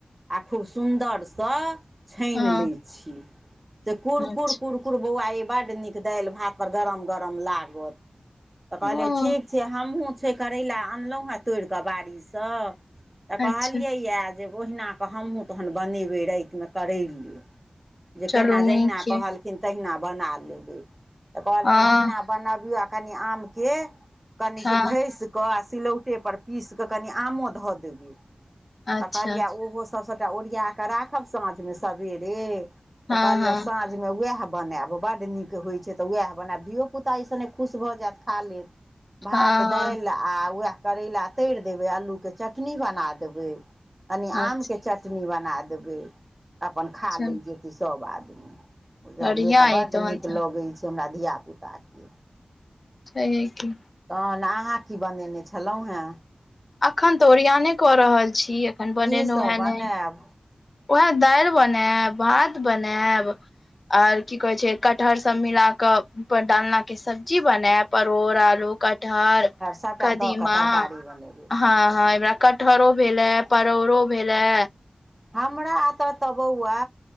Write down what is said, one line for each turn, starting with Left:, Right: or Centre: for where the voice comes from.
Right: आ खूब सुन्दरसँ। छानि
Left: हँ
Right: लै छी तऽ कुर
Left: अच्छा
Right: कुर। कुकुर बौआ ई बड़ नीक दि भात पर गरम गरम लागत तऽ कहलिय
Left: हँ
Right: ठीक। से हमहुँ छै करैला अनलहुँ ह तोड़िकऽ बाड़ीसँ तऽ कहलियैए।
Left: अच्छा
Right: जे ओहिना कऽ हमहूँ तहन बनेबै रातिमे करै ल जे
Left: चलू
Right: केना
Left: नीक
Right: जहिना
Left: यै
Right: कहलऽ कहखिन तहिना बना लेबे तऽ कहलखिन
Left: हँ
Right: ओहिना बनबियौ आ कनि आम के। कनि
Left: हँ
Right: जे घसि क आ सिलौटेपर पीसि कऽ कनि आमो धऽ देबै।
Left: अच्छा
Right: तऽ कहलियै ओहो सभ सभटा ओरिया कऽ राखब साझ मे सवेरे।
Left: हँ
Right: तऽ कहलीया
Left: हँ
Right: वएह बनायब बड नीक होई छै तऽ वएह बनायब धियो पुता ईसने खुश भऽ जायत खा ले। <inaudible> भात
Left: हँ
Right: दालि आ उएह करैला तरि देबै आल्लू के चटनी बना देबै। कनि
Left: हँ
Right: आम के चटनी बना देबै। अपन
Left: अच्छा
Right: खा लैत जेतै सभ आदमी बुझलियै
Left: बढ़िया
Right: तऽ
Left: यै
Right: बड़
Left: तहन
Right: नीक
Left: तऽ
Right: लगैत छै। से हमरा धिया पुता के।
Left: छै कऽ
Right: तखन अहाँ कि बनेने छलहुँ हे
Left: एखन तऽ ओरियान कऽ रहल छी एखन बनेलहुँ
Right: कीसभ
Left: हे
Right: बनायब
Left: नहि। उएह दालि बनायब भात बनायब। आर कि कहे छै कटहर सभ मिल कऽ ऊपर डालना के सब्जी बना परोड़ आलू। कटहर
Right: सभटा
Left: कदीमा
Right: दऽ कऽ तरकारी बनेबै
Left: ह हरा। कटहरो भेलए परोरो भेलऽ
Right: हमरा तऽ तऽ बौआ